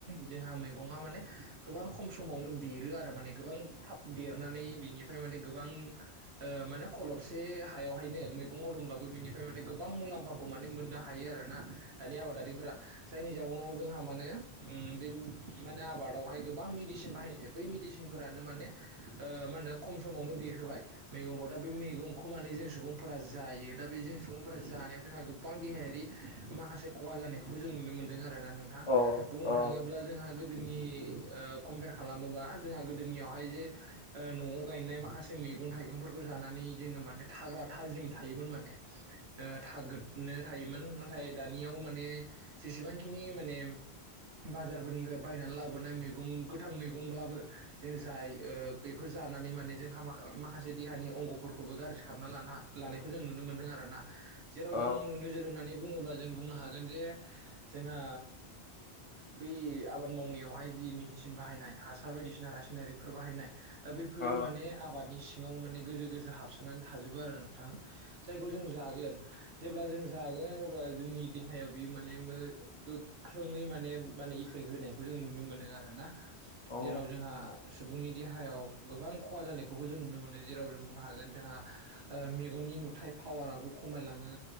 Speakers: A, on the right; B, on the left.
A: जोंहा मै माने गोबां खम समावनो देरो आरो माने गोबां थाब देरनानै गोबां माने खलसेसे हायावनो मेगं मावदों ब्लाबो गोबां मुलामफाखौ मोननो हायो आरोना दानि आबादफोरा जायनि जाउनाव जोंहा माने बे माने आबादावहाय गोबां मेडिसिन बाहायनाय जायो बै मेडिसिनखौ माने माहोन खम समावनो देरहोबाय मैगंखौ दा बे मैगंखौ मान जों सुबुंफोरा जायो दा बे जों सुबुंफोरा जानायाव जोंहा गोबां देहायारि माखासे खहा जानायखौबो जों नुनो मोनदों आरोना नोंथां
B: अ
A: बुंनो
B: अ
A: थाङोब्ला जोंहा गोदोनि कम्पेयार खालामोबा जोंहा गोदोनियावहाय जे न'आव गायनाय माखासे मैगं थाइगंफोरखौ ज जानानै जोङो माने थाग्रा थाजिम थायोमोन माने थायोमोन नाथाय दानियाव माने जेसेबांखिनि माने बाजारफोरनिफ्राय बायनानै लाबोनाय मैगं गोथां मैगंब्लाबो जों बेखौ ज जानानै माने जोंहा माखा-माखासे देहानि अंग'फोरखौबो गाज्रि खालामना लाना-लानायखौ जों नुनो मोनदों आरो ना। जेराव
B: अ
A: जों नोजोर होनानै बुङोबा जों बुंनो हागोन जे जोहा बे आबाद मावनायावहाय जि मेडिसिन बाहायनाय हासार बायदिसिना रासायनारिकफोर बाहायनाय दा बैफोरो
B: अ
A: माने आबादनि सि ङाव माने गोजौ गोजो हाबस'ननानै थाजोबो आरो नोंथां जायखौ जों जागोन जेब्ला जों जा गोन‌ अब्ला जोंनि देहायाव बियो माने गोख्रोङै माने माने इफेक्ट होनायखौ जों नुनो मोनो आरो ना?
B: औ
A: जेराव जोंहा सुबुंनि देहायाव गोबां खहा जानायखौबो जों नुनो मोनो, जेराव जों बुंनो हागोन जोंहा ओ मेगननि नुथाय पावाराबो खमायलाङो,